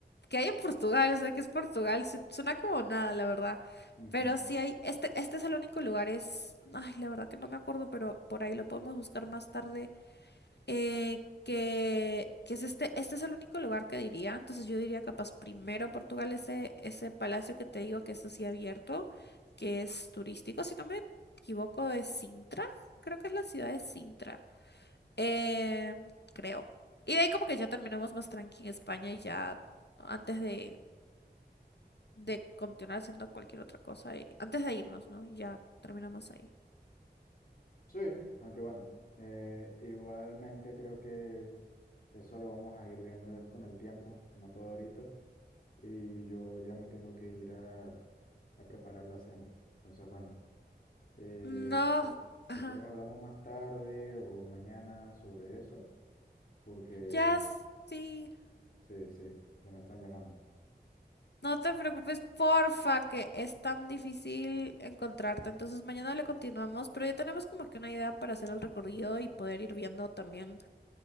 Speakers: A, on the left (about 75°); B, on the left (about 55°).
A: ¿qué hay en Portugal? O sea, ¿qué es Portugal? Su- Suena como nada, la verdad.
B: ujú.
A: Pero sí hay, este, este es el único lugar, es, ay, la verdad que no me acuerdo, pero por ahí lo podemos buscar más tarde eh, que, que es este, este es el único lugar que diría. Entonces yo diría capaz primero Portugal, ese, ese palacio que te digo que es así abierto, que es turístico, si no me equivoco, de Sintra, creo que es la ciudad de Sintra, eh, creo. Y de ahí como que ya terminamos más tranqui en España y ya antes de, de continuar haciendo cualquier otra cosa, y- antes de irnos, ¿no? Y Ya terminamos ahí.
B: Sí, aunque bueno, eh, igualmente creo que eso lo vamos a ir viendo es con el tiempo, no todo ahorita. Y yo ya me tengo que ir a, a preparar la cena. Entonces, bueno, eh,
A: No,
B: si, que- si
A: ajá.
B: quieres hablamos más tarde o mañana sobre eso, porque
A: Ya sí.
B: sí, sí, ya me están llamando.
A: No te preocupes, porfa, que es tan difícil encontrarte. Entonces mañana le continuamos, pero ya tenemos como que una idea para hacer el recorrido y poder ir viendo también